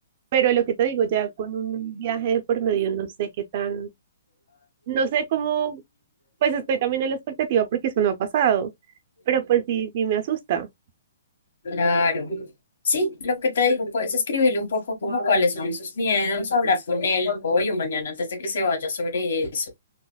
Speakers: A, on the right (about 35°); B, on the left (about 65°).
A: pero lo que te digo, ya con un viaje de por medio, no sé qué tan, no sé cómo Pues estoy también en la expectativa porque eso no ha pasado, pero pues sí, sí me asusta.
B: Claro. Sí, lo que te digo, puedes escribirle un poco como cuáles son sus miedos, hablar con él hoy o mañana antes de que se vaya sobre eso.